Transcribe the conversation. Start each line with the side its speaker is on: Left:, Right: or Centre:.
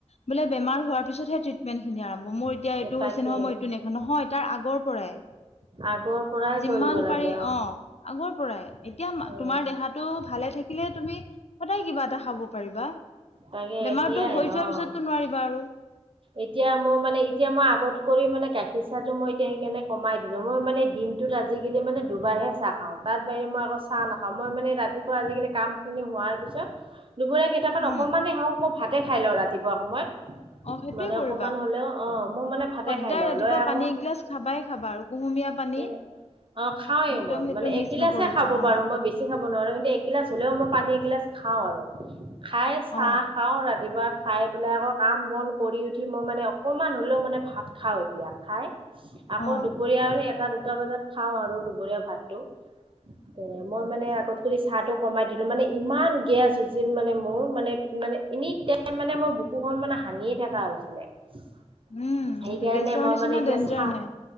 Left: বোলে বেমাৰ হোৱাৰ পিছতহে ট্ৰিটমেণ্টখিনি আৰম্ভ মোৰ এতিয়া এইটো
Right: তাকে
Left: হৈছে নহয়, মই এইটো নেখা নহয় তাৰ আগৰ পৰাই।
Right: আগৰ পৰাই
Left: যিমান
Right: কৰিব লাগে
Left: পাৰি অ', আগৰপ পৰাই, এতিয়া
Right: এ
Left: তোমাৰ দেহাটো ভালে থাকিলে তুমি সদায় কিবা এটা খাব পাৰিবা।
Right: তাকে
Left: বেমাৰটো
Right: সেইয়াই
Left: হৈ যোৱাৰ
Right: অ'
Left: পিছততো নোৱাৰিবা আৰু।
Right: এতিয়া মই মানে এতিয়া মই আগত কৰি মানে গাখীৰ চাহটো মই এতিয়া সেইকাৰণে কমাইদ মই মানে দিনটোত আজিকালি মানে দুবাৰহে চাহ খাওঁ, তাত বাহিৰে মই আকৌ চাহ নাখাওঁ। মই মানে ৰাতিপুৱা আজিকালি কামখিনি হোৱাৰ পিছত, দুপৰীয়া কেইটামান
Left: উম
Right: হক মই ভাতে খাই লওঁ ৰাতিপুৱা সময়ত
Left: অ সেইটোৱে
Right: মানে
Left: কৰিবা।
Right: অকমান
Left: সদায়
Right: হ'লেও অ মই মানে ভাতে খাই লওঁ
Left: ৰাতিপুৱা
Right: লৈ আকৌ
Left: পানী এগিলাচ খাবাই খাবা আৰু ক কুমিযয়া পানী
Right: তেনে অ' খাওঁৱে
Left: একদম
Right: মই,
Left: সেইটো
Right: মানে
Left: মিচ
Right: এগিলাছে
Left: নকৰিবা
Right: খাব
Left: অ
Right: পাৰো মই, বেছি খাব নোৱাৰোঁ, কিন্তু এগিলাছ হলেও মই পানী এগিলাছ খাওঁ আৰু, খাই চাহ
Left: অ
Right: খাওঁ ৰাতিপুৱা খাই পেলাই আকৌ কাম বন কৰি উঠি মই মানে অকমান হলেও মানে ভাত খাওঁ এতিয়া খাই আকৌ
Left: অ
Right: দুপৰীয়া মানে এটা দুটা বজাত খাওঁ আৰু দুপৰীয়া ভাতটো। তেনে মই মানে আগত কৰি চাহটো কমাই দিলো মানে ইমান গেছ হৈছিল মানে মোৰ মানে মানে এনি টাইম মানে মই বুকুখন মানে হানিয়ে থকা হৈছে। সেইকাৰণে
Left: উম সেইটো গেছৰ
Right: মই
Left: নিচিনা
Right: মানে এতিয়া
Left: ডেঞ্জাৰ
Right: চা
Left: নাই